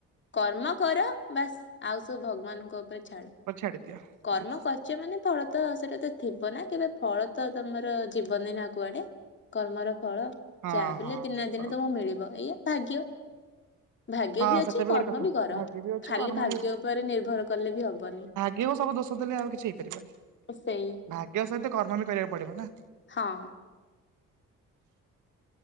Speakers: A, on the left; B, on the right.
A: କର୍ମ କର ବାସ୍ ଆଉ ସବୁ ଭଗବାନଙ୍କ ଉପରେ ଛାଡ।
B: ଛାଡ଼ିଦିଅ
A: କର୍ମ
B: ବାସ୍।
A: କରିଚ ମାନେ ଫଳ ତ ସେଇଟା ତ ଥିବ ନା କେବେ ଫଳ ତ ତମର ଜୀବନି ନାଁ କୁଆଡେ। କର୍ମର ଫଳ
B: ହଁ
A: ଯାହାବି
B: ହଁ
A: ହେଲେ ଦିନେ ନାଁ
B: ସତ
A: ଦିନେ
B: କଥା
A: ତମକୁ ମିଳିବ ଏଇଆ ଭାଗ୍ୟ। ଭାଗ୍ୟ
B: ହଁ
A: ବି ଅଛି
B: ସେଟା
A: କର୍ମ
B: ଗୋଟେ କଥା
A: ବି କର
B: ଭାଗ୍ୟ ବି ଅଛି
A: ଖାଲି
B: କର୍ମ
A: ଭାଗ୍ୟ
B: ବି
A: ଉପରେ ନିର୍ଭର କଲେ ବି ହବନି।
B: କେଉଁ ସବୁ ଦୋଷ ଦେଲେ ଆଉ କିଛି ହେଇପାରିବାନି।
A: ସେଇ
B: ଭାଗ୍ୟ ସହିତ କର୍ମ ବି କରିବାକୁ ପଡିବ ନାଁ।
A: ହଁ।